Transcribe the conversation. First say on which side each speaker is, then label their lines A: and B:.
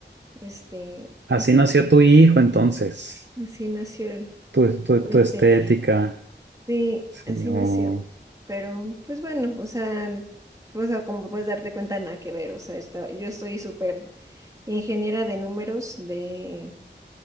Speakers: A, on the right; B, on the right.
A: este,
B: Así
A: así,
B: nació tu hijo, entonces.
A: así nació el-
B: Tu, tu,
A: la
B: tu
A: estética.
B: estética.
A: Sí,
B: Sí.
A: así
B: o-
A: nació. Pero pues bueno, o sea, o sea, como puedes darte cuenta, nada que ver, o sea, esta- yo estoy súper ingeniera de números, de,